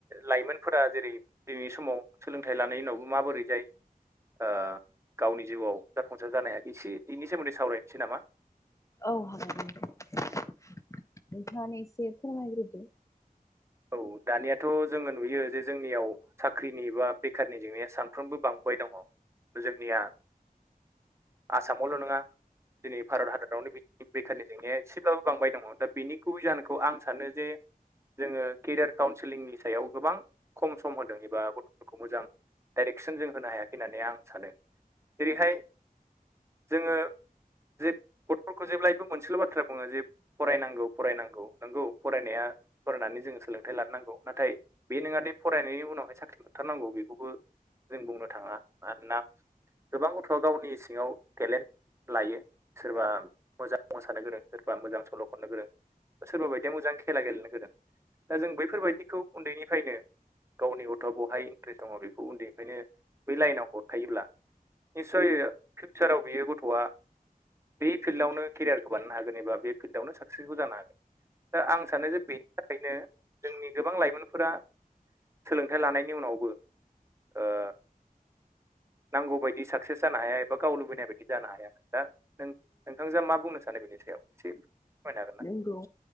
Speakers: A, on the right (about 15°); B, on the left (about 20°).
A: लाइमोनफोरा जेरै दिनैनि समाव सोलोंथाइ लानाय उनावबो माबोरै जायो ओ गावनि जिउआव जाफुंसार जानो हायाखिसै इनि सोमोन्दै सावरायनोसै नामा?
B: औ हागोन नोंथाङानो एसे फोरमायग्रोदो।
A: औ दानियाथ जोङो नुयो जे जोंनियाव साख्रिनि बा बेखारनि जेंनाया सानफ्रोमबो बांबोबाय दङ जोंनिया आसामावल' नोङा दिनै भारत हादोदावनो बिद बेखारनि जेंनाया एसेब्लाबो बांबाय दङ दा बेनि गुबै जाहोनखौ आं सानो जे जोङो केरियार काउन्सेलिंनि सायाव गोबां खम सम होदों एबा गथ'फोरखौ मोजां डाइरेक्सन जों होनो हायाखै होननानै आं सानो। जेरैहाय जोङो जे गथफोरखौ जेब्लायबो मोनसेल' बाथ्रा बुङो जे फरायनांगौ फरायनांगौ नंगौ फरायनाया फरायनानै जोङो सोलोंथाइ लानो नांगौ। नाथाय बे नङा दे फरायनायनि उनावहाय साख्रि मोनथारनांगौ बेखौबो जों बुंनो थाङा मानोना गोबां गथ'आ गावनि सिङाव टेलेन्ट लायो सोरबा मोजां मोसानो गोरों, सोरबा मोजां सल' खननो गोरों, सोरबा बायदिया मोजां खेला गेलेनो गोरों। दा जों बैफोरबायदिखौ उन्दैनिफ्रायनो गावनि गथ'आ बहाय इन्ट्रेस्ट दङ बेखौ उन्दैनिफ्रायनो बै लाइनाव हरखायोब्ला निस्सय फिउचाराव बियो गथ'आ बे फिल्डआवनो केरियारखौ बानायनो हागोन एबा बे फिल्डआवनो साक्सेसफुल जानो हागोन दा आं सानो जे बे नो जोंनि गोबां लाइमोनफोरा सोलोंथाइ लानायनि उनावबो ओ नांगौ बायदि साक्सेस जानो हाया एबा गाव लुबैनाय बायदि जानो हाया दा नों नोंथांजोआ मा बुंनो सानो बेनि सायाव एसे फोरमायनो हागोन ना?
B: नोंगौ।